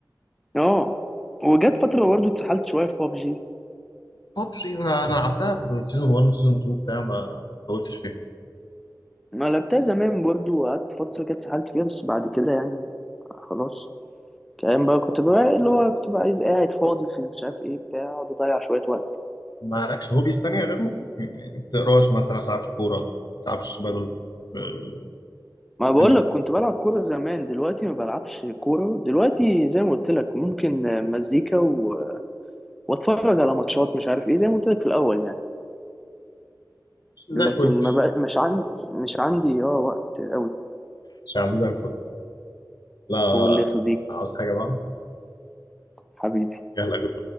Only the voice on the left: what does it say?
ببجي انا أنا لعبتها في سيزون 1 وسيزون 2 بتاع ما طولتش فيها
ما لكش هوبيز تانية غيره يعني ما بتقراش مثلا ما بتلعبش كوره ما بتلعبش بدل آه،
تنس
زي الفل
شعب زي الفل لا
عاوز حاجه بقى
يلا كنت